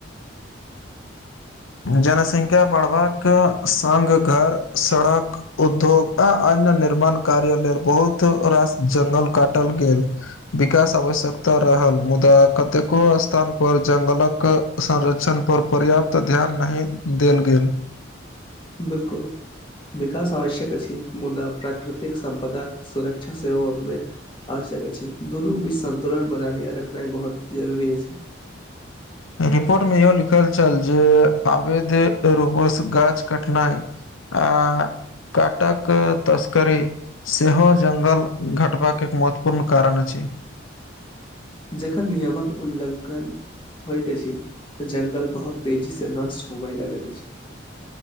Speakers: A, on the left; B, on the left.
A: जनसंख्या बढ़बाक संग, घर, सड़क उधोगता अन्य निर्माण कार्य लेल बहुत रास जंगल काटल गेल। विकास आवश्यकता रहल, मुदा कतेको स्तान पर जंगलक संरक्षणपर पर्याप्त ध्यान नहि देल गेल।
B: बिलकुल। विकास आवश्यक अछि, मुदा प्राकृतिक सम्पदाक सुरक्षा सेहो ओतबे आवश्यक अछि। दुनू क बीच संन्तुलन बनाय रखनाइ बहुत जरुर अछि।
A: रिपोर्ट मे इहो लिखल छल जे, आवेद रूपोस गाछ कटनाइ आ काटक तस्करी सेहो जंगल घटबाके एक महत्वपूर्ण कारण अछि।
B: जखन नियमक उल्लंघन होयत अछि, त जंगल बहुत तेजी स नष्ट होबैय लागल अछि।